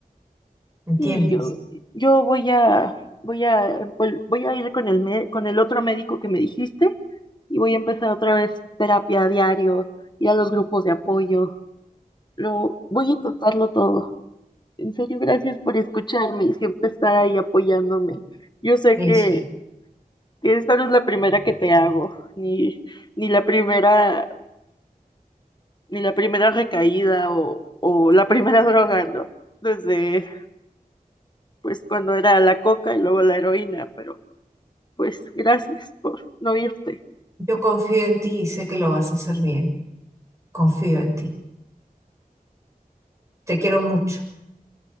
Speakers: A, on the right; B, on the left.
A: ¿Entiendes?
B: Sí, yo, yo voy a, voy a, empol- voy a ir con el, me- con el otro médico que me dijiste y voy a empezar otra vez terapia a diario, ir a los grupos de apoyo. Lo, voy a intentarlo todo. En serio, gracias por escucharme y siempre estar ahí apoyándome. Yo sé
A: Eso.
B: que, que esta no es la primera que te hago, ni, ni la primera, ni la primera recaída o, o la <laughs> primera droga, ¿no? Desde, pues, cuando era la coca y luego la heroína, pero pues gracias por no irte.
A: Yo confío en ti y sé que lo vas a hacer bien. Confío en ti. Te quiero mucho.